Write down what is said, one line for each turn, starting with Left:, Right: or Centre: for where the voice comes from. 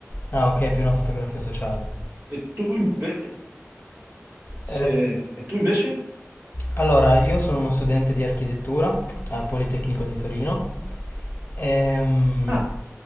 Left: Ah, ok, più una fotografia sociale.
Right: E tu invece, se...
Left: Eh,
Right: e tu invece?
Left: allora, io sono uno studente di architettura al Politecnico di Torino. Ehm,
Right: Ah,